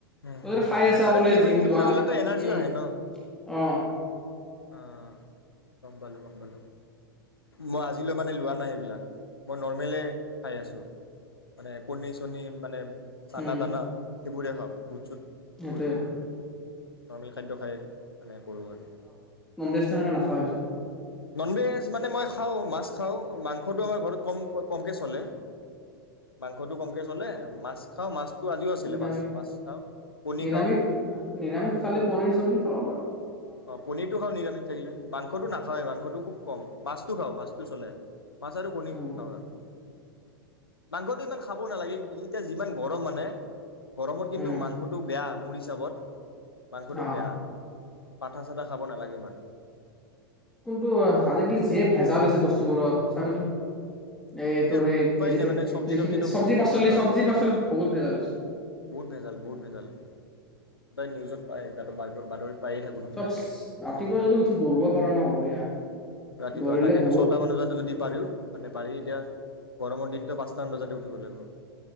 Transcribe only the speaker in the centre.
অ
খাই আছা
বোলে
জিম
যোৱা
নাই,
উম।
উম।
উম
সেইটোয়ে
ননভেজ তেনেকে নাখাওঁএছুন।
নিৰামিষ,
নিৰামিষ,
নিৰামিষ খালে পনীৰ চনিৰ খাব পাৰো।
উম
উম
অ।
কোনটো <unintelligible> যিয়ে ভেজাল হৈছে বস্তুবোৰত, চাবিচোন। এই
তোৰ সেই
ভেজিতে
যিখিনি
চবজি
পাচলি
চবজি পাচলি বহুত ভেজাল হৈছে।
চব
ৰাতিপুৱা
যদি উঠি দৌৰিব পাৰ ন বঢ়িয়া
দৌৰিলে
বহুত